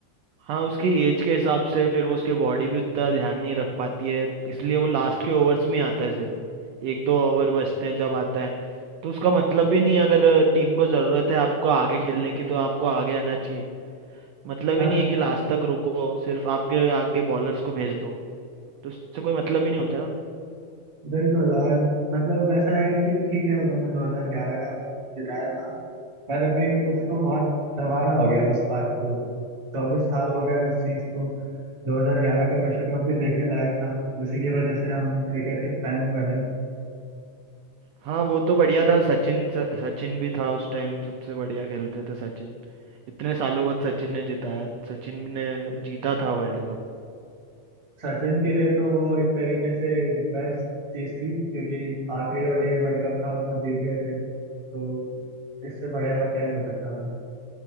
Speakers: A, on the right (about 85°); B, on the right (about 20°).
A: हाँ उसकी एज के हिसाब से फिर वो उसकी बॉडी भी उतना ध्यान नहीं रख पाती है इसलिए वो लास्ट के ओवर्स में ही आता है सिर्फ एक दो ओवर बचते हैं जब आता है तो उसका मतलब भी नहीं है, अगर टीम को ज़रूरत है आपको आगे खेलने की तो आपको आगे आना चाहिए मतलब
B: हाँ,
A: ही नहीं है कि लास्ट तक रुको सिर्फ आपके आगे बॉलर्स को भेज दो तो उससे कोई मतलब ही नहीं होता ना
B: बिल्कुल और मतलब ऐसा है कि ठीक है उन्होंने 2011 का विश्व कप जिताया था पर अभी उसको बहुत दबाना हो गया है उस बात को चौबीस साल हो गए उस चीज को 2011 का विश्व कप भी देखने लायक था उसी की वजह से हम क्रिकेट के फैन बने
A: हाँ वो तो बढ़िया था सचिन स- सचिन भी था उस टाइम सबसे बढ़िया खेलते थे सचिन इतने सालों बाद सचिन ने जिताया सचिन ने जीता था वर्ल्ड कप
B: सचिन के लिए तो वो एक तरीके से बेस्ट चीज थी क्योंकि आखिरी ओडीआई वर्ल्ड कप था और वो जीत गए थे तो इससे बढ़िया और क्या ही हो सकता था